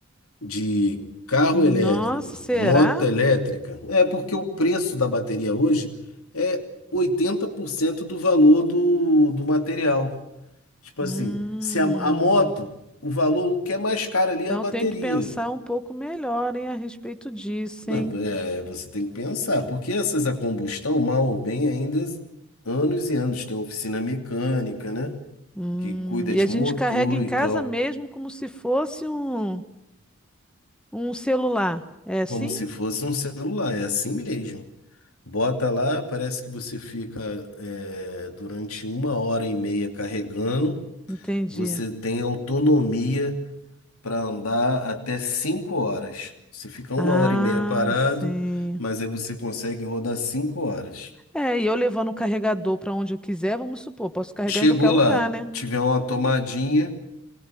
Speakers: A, on the left; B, in the centre.
A: de carro
B: Nossa,
A: elétrico,
B: será?
A: moto elétrica, é porque o preço da bateria hoje é 80% do valor do, do material. Tipo
B: Hum.
A: assim, se a, a moto, o valor, o que é mais caro ali
B: Então
A: é a bateria.
B: eu tenho que pensar um pouco melhor, hein, a respeito disso,
A: Não,
B: hein?
A: é, você tem que pensar, porque essas a combustão, mal ou bem, ainda anos e anos. Tem oficina mecânica, né?
B: Hum,
A: Que cuida
B: e
A: de
B: a gente
A: motor
B: carrega em
A: e
B: casa
A: tal,
B: mesmo como se fosse um, um celular. É assim?
A: como se fosse um celular, é assim mesmo. Bota lá, parece que você fica é, durante uma hora e meia carregando,
B: Entendi.
A: você tem autonomia para andar até cinco horas. Você fica uma
B: Ah,
A: hora e meia parado,
B: sim.
A: mas aí você consegue rodar cinco horas.
B: É, e eu levando o carregador para onde eu quiser, vamos supor, posso carregar
A: Chegou
B: em qualquer lugar,
A: lá,
B: né?
A: tiver uma tomadinha,